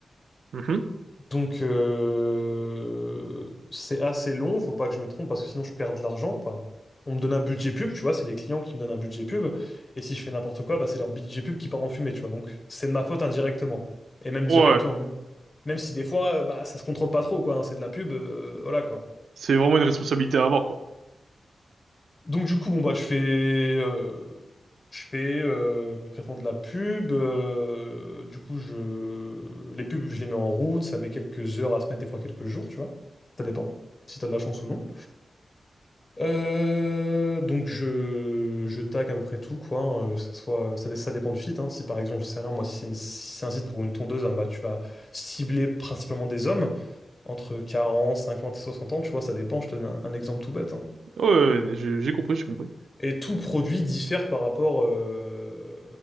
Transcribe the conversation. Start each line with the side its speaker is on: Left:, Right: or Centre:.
Right: Mhm.
Left: Donc, euh, c'est assez long, faut pas que je me trompe parce que sinon je perds de l'argent. Enfin, on me donne un budget pub, tu vois, c'est les clients qui me donnent un budget pub. Et si je fais n'importe quoi, bah, c'est leur budget pub qui part en fumée, tu vois. Donc, c'est de ma faute indirectement. Et même
Right: Ouais,
Left: directement. Même même si des fois, euh, bah, ça se contrôle pas trop, quoi. hein, c'est de la pub, euh, voilà, quoi.
Right: c'est vraiment une responsabilité à avoir, quoi.
Left: Donc, du coup, bon, bah, je fais. euh, Je fais euh, concrètement de la pub. euh, du coup, je... les pubs, je les mets en route. Ça met quelques heures à se mettre, des fois quelques jours, tu vois. Ça dépend, si t'as de la chance ou non. Euh, donc, je, je tag à peu près tout, quoi. hein, que ça soit... ça, dé- ça dépend du site. hein. Si par exemple, je sais rien, moi, si c'est une- si c'est un site pour une tondeuse, hein, bah, tu vas cibler principalement des hommes entre 40, 50 et 60 ans, tu vois. Ça dépend. Je te donne un, un exemple tout bête. hein.
Right: Ouais, ouais, ouais, j'ai j'ai compris, j'ai compris.
Left: Et tout produit diffère par rapport, euh,